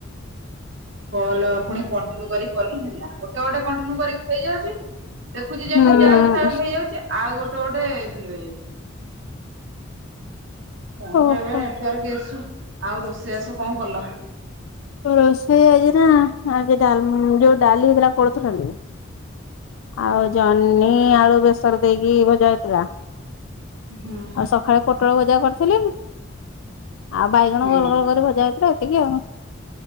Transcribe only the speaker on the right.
କଲ ପୁଣି କଣ୍ଟିନ୍ୟୁ କର କଲି ହେଲା ଗୋଟେ ଗୋଟେ କଣ୍ଟିନ୍ୟୁ କରି କି ହେଇ ଯାଉଛି। ଲେଖୁଛି ଯେମିତି
ଟ୍ୟାକ୍ସ ତାର ହେଇ ଯାଉଛି ଆଉ ଗୋଟେ ଗୋଟେ ଜିରୋ ହେଇଯାଉଛି। କଣ
ବେଳେ ବେଳେ ନେଟୱାର୍କ ଇସୁ ଆଉ ରୋଷେଇ ବାସ କଁ କଲ?
ହୁଁ ହୁଁ।
ହୁଁ